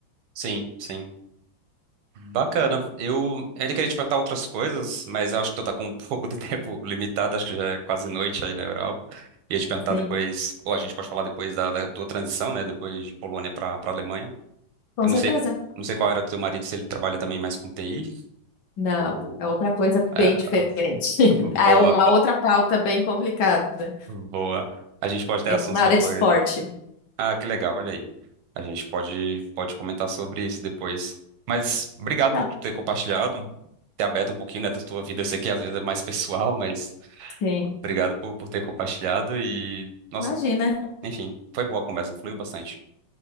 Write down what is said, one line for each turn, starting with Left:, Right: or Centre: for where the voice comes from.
Right: sim, sim. Bacana. Eu ainda queria te perguntar outras coisas, mas eu acho que tu tá com um <laughs> pouco de tempo limitado, acho que já é quase noite aí na Europa. Ia te perguntar
Left: Sim,
Right: depois, ou a gente pode falar depois da, da tua transição, né? Depois de Polônia para para Alemanha.
Left: com
Right: Eu
Left: certeza.
Right: não sei, não sei qual era do teu marido, se ele trabalha também mais com TI
Left: Não,
Right: ou...
Left: é outra coisa bem
Right: É,
Left: diferente. <laughs>
Right: <laughs>
Left: É
Right: boa,
Left: uma outra pauta bem complicada.
Right: boa. A gente pode ter
Left: É
Right: assuntos
Left: na
Right: depois.
Left: área de esporte.
Right: Ah, que legal, olha aí. A gente pode, pode comentar sobre isso depois. Mas obrigado
Left: Tá.
Right: por tu ter compartilhado, ter aberto um pouquinho, né, da tua vida. Eu sei que às vezes é mais <laughs> pessoal, mas
Left: Sim.
Right: obrigado por, por ter compartilhado e, nossa,
Left: Imagina.
Right: enfim, foi boa a conversa, fluiu bastante.